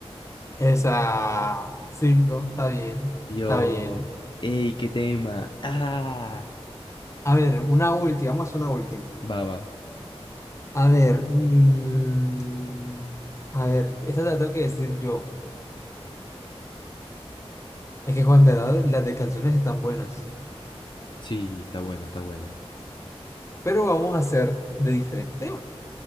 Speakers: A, on the left; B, on the left.
A: Esa. cinco Está bien.
B: Dios.
A: Está bien.
B: ¡Ey, qué tema! ¡Ah!
A: A ver, una última. Vamos a hacer una última.
B: Baba.
A: A ver. mm, a ver, esta te la tengo que decir yo. Es que, Juan, de verdad, las de canciones están buenas.
B: Sí, está buena, está buena.
A: Pero vamos a hacer de diferente tema.